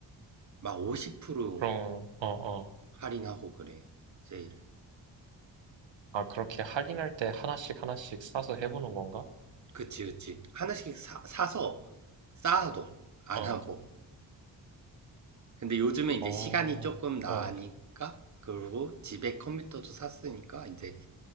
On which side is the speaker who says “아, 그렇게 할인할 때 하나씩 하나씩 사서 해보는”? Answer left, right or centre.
Right